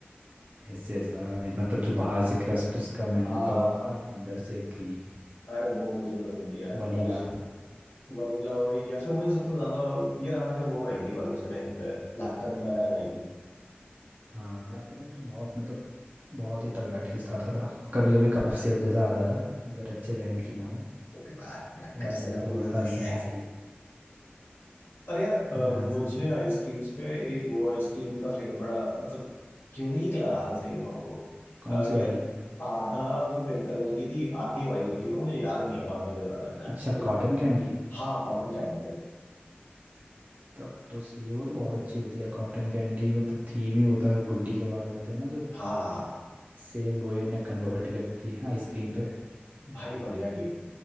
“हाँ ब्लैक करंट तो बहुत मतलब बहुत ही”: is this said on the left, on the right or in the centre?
Right